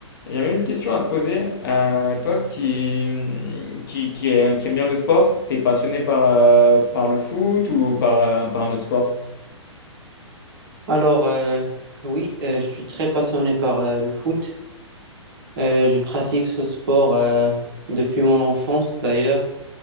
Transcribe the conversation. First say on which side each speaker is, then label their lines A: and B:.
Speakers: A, on the left (about 45°); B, on the right (about 45°).
A: J'avais une question à te poser. Euh, toi qui, qui, qui, est- qui aime bien le sport, t'es passionné par, euh, par le foot ou par, euh, par un autre sport?
B: Alors, euh, oui, euh, je suis très passionné par euh, le foot. Euh, je pratique ce sport euh, depuis mon enfance d'ailleurs.